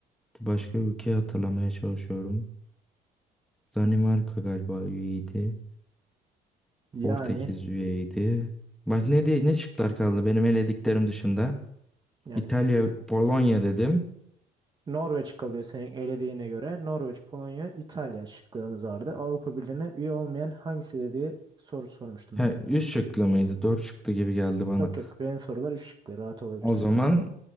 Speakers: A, in the centre; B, on the right (about 25°).
A: Başka ülke hatırlamaya çalışıyorum. Danimarka galiba üyeydi.
B: Yani
A: Portekiz üyeydi. Bak ne diye ne çıktılar kaldı benim elediklerim dışında.
B: yani
A: İtalya, Polonya dedim.
B: Norveç kalıyor senin elediğine göre. Norveç, Polonya, İtalya şıklarımız vardı. Avrupa Birliği'ne üye olmayan hangisidir diye soru sormuştum
A: Ha,
B: ben sana.
A: üç şıklı mıydı? Dört şıklı gibi geldi bana.
B: Yok yok benim sorular üç şıklı rahat olabilirsin.
A: O zaman